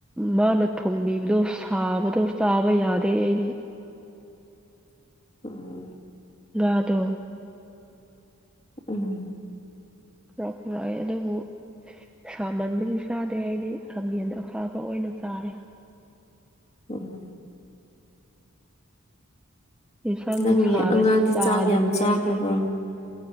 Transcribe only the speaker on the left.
ꯎꯝ
ꯎꯝ
ꯎꯝ
ꯅꯪꯒꯤ
ꯑꯉꯥꯡꯗꯤ
ꯆꯥꯛ ꯌꯥꯝ ꯆꯥꯈ꯭ꯔꯕ꯭ꯔꯣ